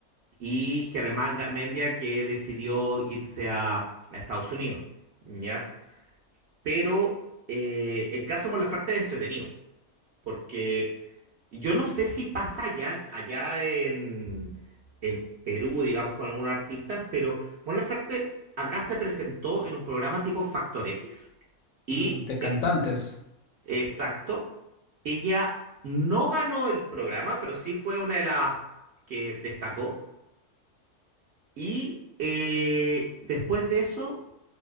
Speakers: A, on the right (about 65°); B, on the left (about 70°).
A: y Germán Garmendia que decidió irse a, a Estados Unidos, ¿ya? Pero eh, el caso Molafarte es entretenido, porque yo no sé si pasa allá, allá en, en Perú, digamos, con algunos artistas, pero Mon Laferte acá se presentó en un programa tipo Factor X y,
B: Mm, De cantantes.
A: eh, exacto, ella no ganó el programa, pero sí fue una de las que destacó Y eh, después de eso,